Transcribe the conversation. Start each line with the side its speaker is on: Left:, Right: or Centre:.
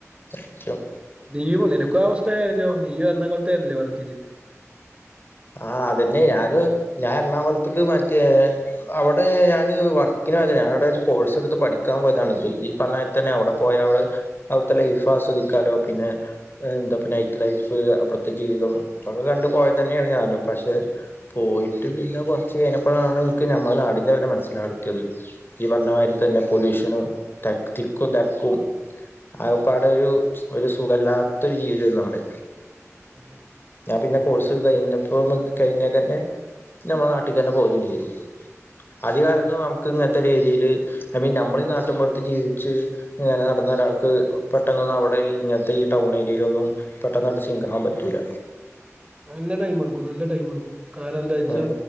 Left: സത്യം
Right: നീയും നിനക്കും ആ അവസ്ഥ ആയല്ലോ. നീയും എറണാകുളത്തായിരുന്നില്ലേ വർക്കെയ്തിരുന്നെ.
Left: ആഹ് അതന്നെ ഞാനും, ഞാൻ എറണാകുളത്ത്ക്ക് മറ്റേ അവടെ ഞാന് വർക്കിനോയതല്ല. ഞാനവടെ ഒരു കോഴ്സ് എടുത്ത് പഠിക്കാൻ പോയതാണ്. ഇത് ഈ പറഞ്ഞ ത്തന്നെ അവിടെ പോയാ അവടെ അവിടത്തെ ലൈഫ് ആസ്വദിക്കാലോ പിന്നെ എന്താപ്പ നൈറ്റ് ലൈഫ് അവിടത്തെ ജീവിതം ഇതൊക്കെ കണ്ടുപോയതന്നെ യാണ് ഞാനും. പക്ഷെ പോയിട്ട് പിന്നെ കൊറച്ച് കയിഞ്ഞ പ്പഴാണ് ഇൻക്ക് ഞമ്മളെ നാടിന്റെ വില മനസ്സിലാടെത്തിയത്. ഈ പറഞ്ഞമാരിത്തന്നെ പൊല്യൂഷനും തെക് തിക്കും തെരക്കും, ആകപ്പാടൊരു ഒരു സുഖല്ലാത്തൊരു ജീവിതേര്ന്നു അവിടെ.
Right: ആ
Left: ഞാൻ പിന്നെ കോഴ്സ് ത്ത് കഴിഞ്ഞപ്പോ കഴിഞ്ഞേക്കെന്നെ ഞമ്മളെ നാട്ടിക്കന്നെ പോരും ചെയ്തു. അധിക കാലൊന്നും
Right: ഓ
Left: ഞമ്മക്ക് ഇങ്ങനത്തൊരേരിയയില് ഐ മീൻ ഞമ്മളീ നാട്ടിൻ പൊറത്ത് ജീവിച്ച് ഇങ്ങനെ നടന്നൊരാൾക്ക് പെട്ടന്നൊന്നും അവിടെ ഇങ്ങനത്തെ ഈ ടൗൺ ഏരിയെലൊന്നും പെട്ടെന്നാട്ട് സിങ്ക് ആവാൻ പറ്റൂല.
Right: നല്ല ടൈമ്ട്ക്കും നല്ല ടൈമ്ട്ക്കും. കാരണന്താച്ചാ
Left: ഏ